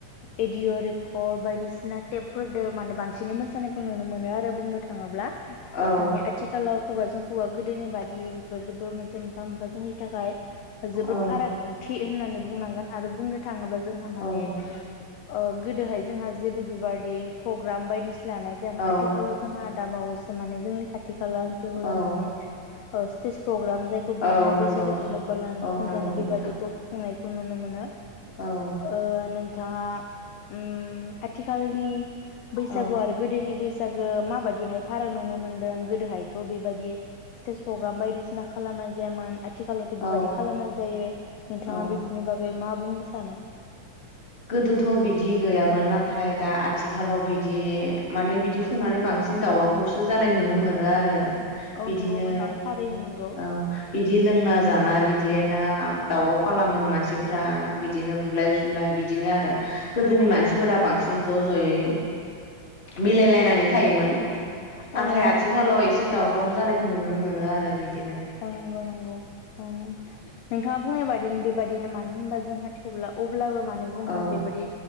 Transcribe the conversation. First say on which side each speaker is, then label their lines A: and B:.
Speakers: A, on the left; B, on the left.
A: एडिअ' रेकर्ड बायदिसिना टेपफोरदो माने बांसिनै मोसानायखौ नुनो मो ओमफाय आरो बुंनो थाङोब्ला
B: औ
A: माने आथिखालाव हौवाजों हौवा गोदोनि बादि बेफोरबो मोनसे मोनफा मोनफा जोंनि थाखाय जोबोद
B: औ
A: फाराग थि। होननानै बुंनांगोन आरो बुंनो थाखाय। थाङोबा जोंहा माने।
B: औ
A: ओ गोदोहाय जोंहा जेबो बेबादि प्रग्राम बायदिसि लानाय जायामोन
B: औ
A: आथिखालाव जोंहा दाबावैसो माने जोंनि खाथ खाथि खाला ओनसोलफोराव
B: औ
A: माने ओ <unintelligible> प्रग्राम जायखौ बुङो
B: औ नंगौ
A: बैस लोगोजों लोब्बा लानो
B: औ
A: खुंजानाय
B: नंगौ
A: बेबादिखौ
B: नोंथां
A: खुंनाय खौ नुनो मोनो।
B: औ
A: ओ नों नोंथाङा उम आथिखालनि बैसागु
B: औ
A: आरो गोदोनि बैसा <unintelligible> माबाददिहाय फाराग नुनो मोन्दों गोदोहायथ बेबायाददि स्टेज प्रग्राम बायदिसिना खालामनाय जायामोन आरो आथिखालावथ बेबायदि
B: औ
A: खालामनांगौ जायो नोंथाङा
B: औ
A: बेफोरनि बागै मा बुंनो सानो।
B: गोदोथ बिदि गैयामोन नाथाय दा आथिखालाव बिदि माने बिदि खुंनानै बांसिन दावरावखौसो जानाय नुनो मोनो आरो।
A: औ
B: बिदिनो
A: नंगौ नोंथां थारैनो नंगौ।
B: औ बिदि लोंना जाना बिदि। बिदिनो दावराव खालामो मानसिफोरा बिदिनो बुलाय सुलाय बिद बिदिनो आरो गोदोनि मानसिफोरा बांसिन ज जयै मिलायलायनानै थायोमोन नाथाय
A: औ नोंथां
B: आथिखालाव एसे दावराव जानायखौ नुनो मोनो आरो बिदि
A: औ नंगौ नंगौ नोंथाङा बुंनाय बादि बे बादिनो मानो होनबा जोंहा थेवब्ला अब्लाबो। मानो जोंहा
B: औ
A: बेबायदि